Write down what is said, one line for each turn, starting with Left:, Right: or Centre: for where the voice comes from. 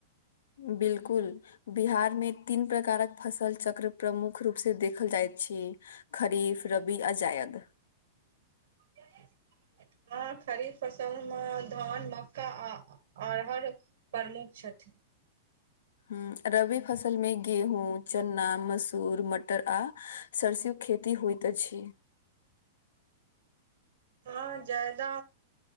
Left: बिलकुल बिहारमे तीन प्रकारक फसल चक्र प्रमुख रूप से देखल जायत छी खरीफ रबी आ जायद
Right: <inaudible> हँ खरीफ फसल मऽ धान मक्का आ अरहर प्रमुख छथि
Left: हुँ रबी फसल म गेहूँ चना मसूर मटर आ सरस्यू खेती होइत अछि
Right: हँ ज्यादा